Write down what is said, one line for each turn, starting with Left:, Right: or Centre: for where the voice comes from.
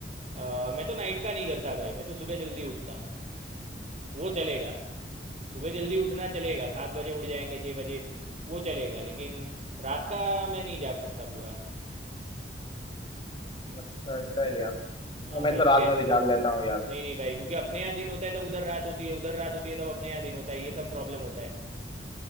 Right: अ, मैं तो नाइट का नहीं करता भाई मैं तो सुबह जल्दी उठता हूँ वो चलेगा सुबह जल्दी उठना चलेगा सात बजे उठ जाएंगे छः बजे वो चलेगा लेकिन रात का मैं नहीं जाग सकता पूरा
Left: अच्छा ऐसा है क्या तो
Right: हाँ
Left: मैं
Right: भाई
Left: तो
Right: क्योंकि
Left: रात में भी जाग लेता हूँ यार
Right: नहीं नहीं भाई क्योंकि अपने यहाँ दिन होता है तब उधर रात होती है उधर रात होती है तब अपने यहाँ दिन होता है ये सब प्रॉब्लम होता है